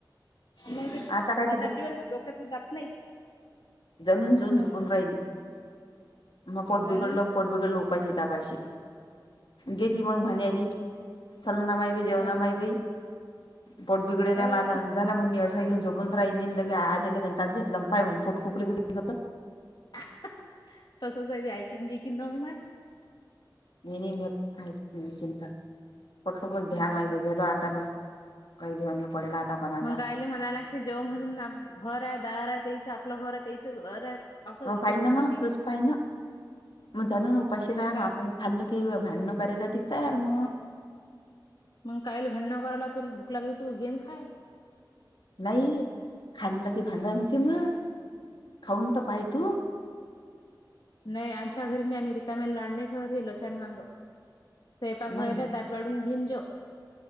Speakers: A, on the left (about 70°); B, on the left (about 90°).
A: मग सात,
B: आता काय
A: आठ दिवस डोक्यात जात नाही.
B: जमीन जऊन
A: हम्म
B: झोपून राहिली मग पोट
A: हा
B: बिघडलं
A: ना
B: पोट बिघडलं उपाशी, तपाशी गेली मग म्ह आली च ना मा ठेव
A: हा
B: ना माय बी पोट बिगडल
A: ह
B: झाला मी घेऊन झोपून राहीली लगे आले लगे ताट घेतलं पाय मग पोट <unintelligible>
A: हां ह तसच आहे ते ऐकिन घेकीन नवं नाय
B: मी नाही भेत चि कठलो कत
A: हम्म.
B: भ्या म भलो आतालो काही घेऊन पडला आता. कोणाचा
A: मगाला म्हणाला लागते जेव म्हणून घर आहे दार आहे त्याच आपलं घर आहे त्याचं घर आहे. आपत
B: मग
A: घेतील
B: पाहि
A: आणि
B: ना
A: खातील
B: मग तूच पाहि ना मग मुदामणून उपाशी
A: मग
B: राहा
A: काय
B: आपूण. खाल्लं की भांडंण करायला तयार मग.
A: मग काहील भांडण करायला त भूक लागली तू घेन खा.
B: नाही खाल्ल की भांडाण म खाऊन तर पाय तू
A: नाही आमच्या घरी नाही रिकामे लाड नाही ठेवत लछाड मांग स्वयंपाक व्हायला
B: नाही
A: ताट वाढून घेऊन जेव